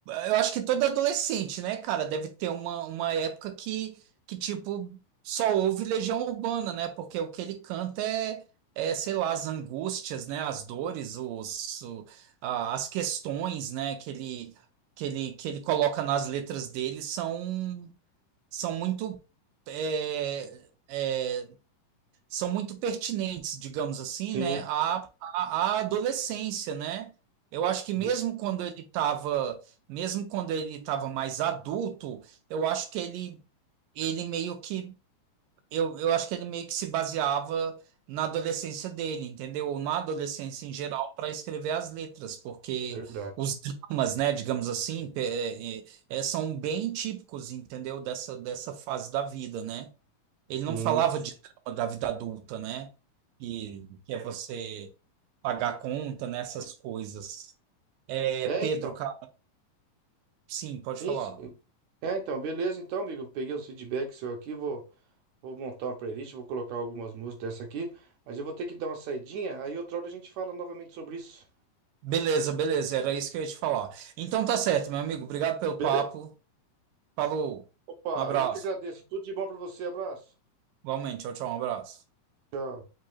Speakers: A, on the right (about 80°); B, on the right (about 70°).
A: eu acho que todo adolescente, né, cara, deve ter uma, uma época que, que tipo só ouve Legião Urbana, né? Porque o que ele canta é, é sei lá, as angústias, né, as dores, os, o- a- as questões, né, que ele que ele que ele coloca nas letras dele são são muito é, é, são muito pertinentes, digamos assim,
B: Sim,
A: né, à, à, à adolescência, né? Eu acho que mesmo
B: sim,
A: quando ele estava, mesmo quando ele estava mais adulto, eu acho que ele, ele meio que, eu, eu acho que ele meio que se baseava na adolescência dele, entendeu? Ou na adolescência em geral para escrever as letras, porque
B: verdade.
A: os dramas, né, digamos assim, pe- é, é, é, são bem típicos, entendeu? Dessa, dessa fase da vida, né? Ele
B: Sim.
A: não falava de drama da vida adulta, né? Que, que é você pagar a conta nessas coisas. É,
B: É,
A: Pedro,
B: então.
A: ca- sim, pode
B: Isso,
A: falar.
B: é, então, beleza, então, amigo. Peguei os feedbacks seu aqui, vou, vou montar uma playlist, vou colocar algumas músicas dessa aqui, mas eu vou ter que dar uma saidinha, aí outra hora a gente fala novamente sobre isso.
A: Beleza, beleza, era isso que eu ia te falar. Então tá certo, meu amigo. Obrigado pelo
B: Beleza?
A: papo. Falou.
B: Opa,
A: Um abraço.
B: eu que agradeço. Tudo de bom pra você. Abraço.
A: Igualmente, tchau, tchau, um abraço.
B: Tchau.